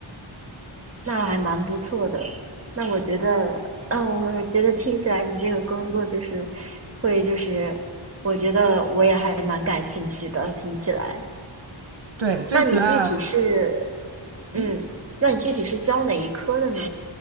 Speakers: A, on the right (about 30°); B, on the right (about 65°).
A: 那还蛮不错的。那我觉得，嗯，我觉得听起来你这个工作就是会，就是我觉得我也还蛮感兴趣的。听起来，
B: 对，最主要，
A: 那你具体是，
B: 嗯，
A: 嗯，那你具体是教哪一科的呢？